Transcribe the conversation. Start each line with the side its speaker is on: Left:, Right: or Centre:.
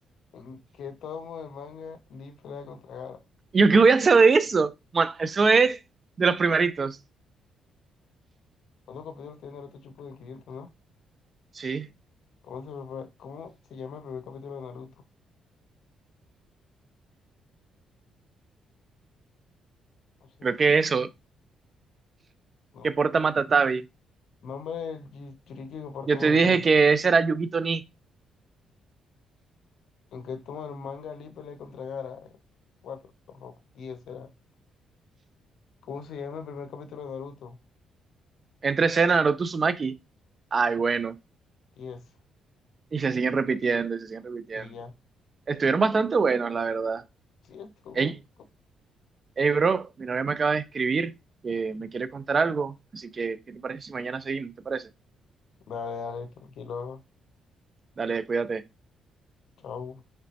Left: ¿En qué tomo de manga Lee pelea contra Gaara?
Right: ¿Yo qué voy a hacer de eso? Bueno, eso es de los primeritos.
Left: ¿Cuántos capítulos tiene Naruto Shippuden? 500, ¿no?
Right: Sí,
Left: ¿Cómo se, prepara- cómo se llama el primer capítulo de Naruto? No sé.
Right: creo que eso,
Left: No.
Right: que porta Matatabi.
Left: Nombre del Jinchuriki que porta
Right: Yo
Left: Madara.
Right: te dije que ese era Yugito Ni.
Left: Aunque toma el manga Lee pelea contra Gara. eh, Cuatro, tampoco. Diez será. O ¿Cómo se llama el primer capítulo de Naruto?
Right: Entre escena, Naruto Uzumaki. Ay, bueno.
Left: Diez.
Right: Y se siguen repitiendo, y se siguen repitiendo.
Left: Sí, ya.
Right: Estuvieron bastante buenos, la verdad.
Left: Sí, esto.
Right: Ey, Hey, bro, mi novia me acaba de escribir que me quiere contar algo, así que, ¿qué te parece si mañana seguimos? ¿Te parece?
Left: Dale, dale, tranquilo.
Right: Dale, cuídate.
Left: Chau.